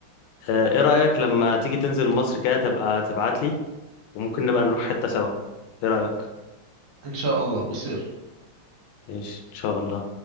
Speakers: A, on the left; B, on the right.
A: آه، إيه رأيك لما تيجي تنزل مصر كده تبقى تبعت لي وممكن نبقى نروح حتة سوا إيه رأيك؟
B: إن شاء الله بيصير
A: ماشي إن شاء الله